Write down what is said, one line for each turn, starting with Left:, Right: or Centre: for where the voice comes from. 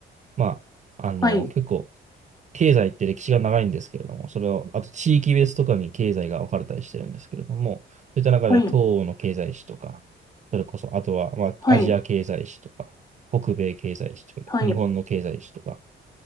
Right: まあ、あの、
Left: はい、
Right: 結構経済って歴史が長いんですけれども、それを、あと地域別とかに経済が分かれたりしてるんですけれども、そういった中で東欧の経済史とか、
Left: はい、
Right: それこそ、あとは、まあ、
Left: はい、
Right: アジア経済史とか、北米経済史とか、
Left: はい、
Right: 日本の経済史とか、